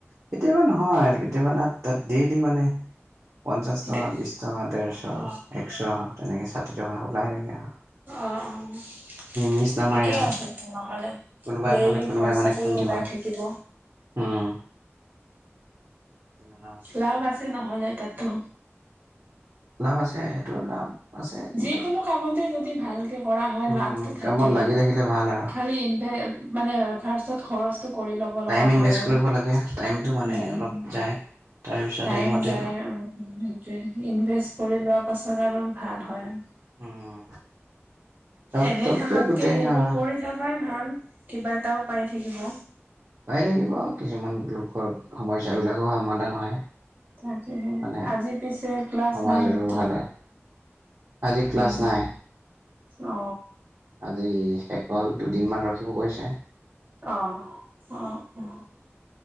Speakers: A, on the right; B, on the right.
A: কেতিয়াবা নহয় কেতিয়াবা না তাত ডেইলি মানে পঞ্চাছ টকা
B: দে
A: বিছ টকা ডেৰশ
B: অ
A: একশ তেনেকৈ ষাঠি টকা ওলাই থাকে আৰু।
B: অ' অ'।
A: মিছ নামাৰে
B: ঠিকেই
A: আৰু
B: আছে নহলে
A: কোনোবাই
B: ডেইলি
A: নহ'লে কোনোবাই
B: খৰচাটোৱে
A: মানে খুন্দিবই
B: ওলাই থাকিব।
A: উম। তেনেকুৱা মানে
B: লাভ আছে নহলে তাতো।
A: লাভ আছে। আছে কিন্তু
B: যিকোনো কামতে যদি ভালকে কৰা হয়
A: উম
B: লাভটো থাকেই।
A: কামত লাগি থাকিলে ভাল আৰু
B: খালি ইনভে মানে আৰু ফাৰ্ষ্টত খৰছ। কৰি ল'ব
A: টাইম
B: লগা
A: ইনভেষ্ট
B: হয় আৰু,
A: কৰিব লাগে টাইমটো মানে
B: উম।
A: অলপ যায় তাৰপিছত
B: টাইম
A: সেইমতে
B: যায় সেইটোয়ে ইনভেষ্ট কৰি লোৱা পাছত সাদাৰণ ভাল হয় আৰু।
A: উম, চব
B: এনেই
A: চবটোৱে
B: থকাতকে
A: গোটেই
B: সেইবোৰ
A: আহ
B: কৰি থকাই ভাল কিবা এটাও পাই। থাকিব।
A: পাই থাকিব কিছুমান লোকৰ সমস্যাবিলাকো সমাধান হয়।
B: তাকেহে
A: মানে
B: আজি পিছে ক্লাছ
A: সমাজৰো
B: নাই নেকি?
A: ভাল হয় আজি ক্লাছ
B: উম
A: নাই
B: অ
A: আজি। কেল দুদিনমান ৰখিব কৈছে।
B: অ' অ' অ'।